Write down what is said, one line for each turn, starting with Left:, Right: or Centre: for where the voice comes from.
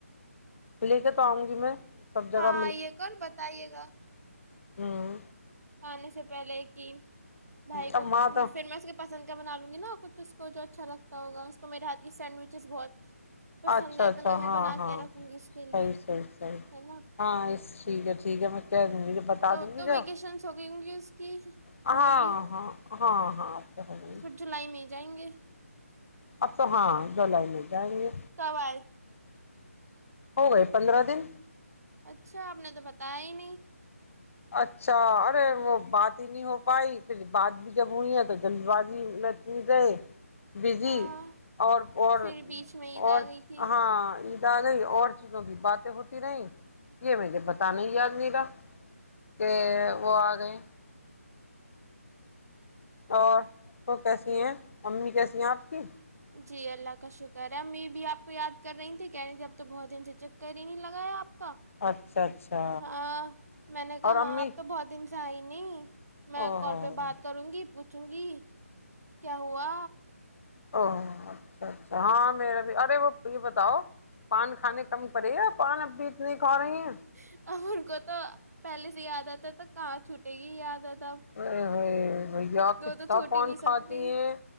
Left: لے کے تو آؤں گی میں <inaudible> جگہ
Right: ہاں کر بتائیے گا
Left: ہاں
Right: آنے سے پہلے کہ بھائی کو
Left: اب
Right: پھر
Left: وہاں تو
Right: میں اس کے پسند کا بنا لوں گی نا کچھ اس کو جو اچھا لگتا ہوگ اس کو میںاتی سینڈوئچز بہت پسند
Left: اچھا
Right: ہے
Left: اچھا
Right: تو میں وہ
Left: ہاں
Right: بنا
Left: ہاں
Right: کے رکھوں گی اس کے
Left: سی
Right: لیے
Left: سیح سی
Right: ہے نا
Left: ہاں اس ٹھیک ہے ٹھیک ہے میں کہہ دوں گی بتا
Right: تو
Left: دوں گی
Right: تو
Left: جو
Right: ویکیشنس ہوگئی ہوں گی اس کی
Left: ہاں
Right: بھائی کی
Left: ہاں ہاں ہاں اب تو ہو گئی
Right: پھر جولائی میں جائیں گے
Left: اھا ہاں جول میں جیںے
Right: کب آئے
Left: ہو گئے پندرہ دن
Right: اچھا آپ نے تو بتایا ہی نہیں
Left: اچھا ارے وہ بات ہی نہیں ہو پائی پھر بات بھی جب ہوئی ہے تو جلد بازی میںتنی رہے بزی
Right: ہاں
Left: اور اور
Right: پھر بیچ میں عید
Left: اور
Right: آ گئی تھی
Left: ہاں دادی اور چیزوں کی باتیں ہوتی نہیں یہ مجھے بتانا یاد نہیںلا کہ وہ آ گئے اور کیسی ہیں امی کیسی ہیں آپ کی
Right: جی اللہ کا شکر ہے میں بھی آپ کو یاد کر رہی تھی کہہ رہی تھی اب تو بہت دن سے چیک کر ہی نہیں لگا ہے آپ
Left: اچھا اچھا
Right: ہاں میں نے کہا
Left: اور امی
Right: ہاں اب تو بہت دن چائنی
Left: او
Right: میں کال
Left: ہو
Right: پہ بات کروں گی پوچھوں گی کیا ہوا
Left: <unintelligible> اچھا ہاں میرا بھی ارے وہ تو یہ بتاؤ پان کھانے کم پڑے ا پان اب بھی اتنے کھا رہی ہیں
Right: <unintelligible> یہی یاد آت
Left: ارے بھائی بھیا کتنا
Right: تو چھوٹ
Left: پون
Right: ہی نہیں
Left: کھاتی
Right: سکتی
Left: ہیں